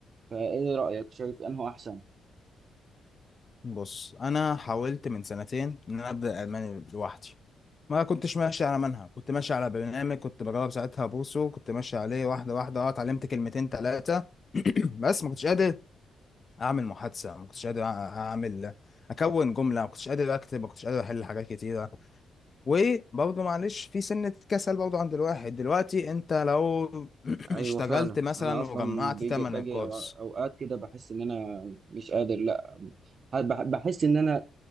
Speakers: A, on the right; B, on the left.
A: فايه رايك شايف انه احسن
B: بص انا حاولت من سنتين ان انا ابدا الماني لوحدي ما كنتش ماشي على منهج كنت ماشي على برنامج كنت بجرب ساعتها بوسو كنت ماشي عليه واحده واحده اه اتعلمت كلمتين ثلاثه <clears throat> بس ما كنتش قادر اعمل محادثه ما كنتش قادر أع- اعمل اكون جمله ما كنتش قادر اكتب ما كنتش قادر احل حاجات كتيره وبرضه معلش في سنه كسل برضه عند الواحد دلوقتي انت لو <clears throat>
A: ايوه
B: اشتغلت
A: فعلا
B: مثلا
A: انا اصلا
B: وجمعت
A: بيجي
B: ثمن
A: باجي
B: الكورس
A: أو- اوقات كده بحس ان انا مش قادر لا بح- بحس ان انا